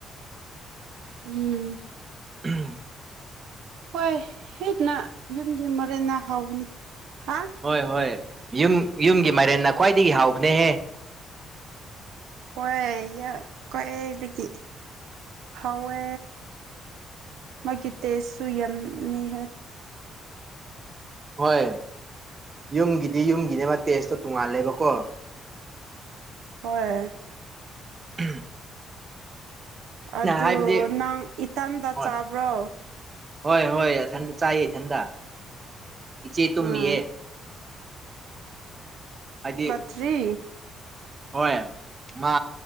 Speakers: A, on the right; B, on the right.
A: ꯎꯝ
B: ꯎꯝ
A: ꯍꯣꯏ ꯍꯦꯛꯅ ꯌꯨꯝꯒꯤ ꯃꯔꯦꯟ ꯍꯥꯎꯕꯅꯤ ꯍꯥ
B: ꯍꯣꯏ ꯍꯣꯏ ꯌꯨꯝ ꯌꯨꯝꯒꯤ ꯃꯥꯏꯔꯦꯟꯅ ꯈ꯭ꯋꯥꯏꯗꯒꯤ ꯍꯥꯎꯕꯅꯦꯍꯦ
A: ꯍꯣꯏ ꯀꯦꯗꯒꯤ ꯍꯧꯋꯦ ꯃꯣꯢꯒꯤ ꯇꯦꯁꯇꯣ ꯌꯥꯝꯅꯤꯍꯦ
B: ꯍꯣꯏ ꯌꯨꯝꯒꯤꯗꯤ ꯌꯨꯝꯒꯤꯅꯦ ꯃꯥ ꯇꯦꯁꯇꯣ ꯇꯣꯡꯉꯥꯜꯂꯦꯕꯀꯣ
A: ꯍꯣꯏ
B: ꯎꯝ
A: ꯑꯗꯨ
B: ꯍꯥꯏꯕꯗꯤ
A: ꯅꯪ ꯏ꯭ꯇꯥꯟꯗ
B: ꯍꯣꯏ
A: ꯆꯥꯕ꯭ꯔꯣ
B: ꯍꯣꯏ ꯍꯣꯏ ꯑꯊꯟꯗ ꯆꯥꯏ ꯏ ꯢꯟꯗ ꯏꯆꯦ ꯇꯨꯝꯃꯤꯌꯦ
A: ꯎꯝ
B: ꯍꯥꯏꯗꯤ
A: ꯊ꯭ꯔꯤ
B: ꯍꯣꯏ ꯃꯥ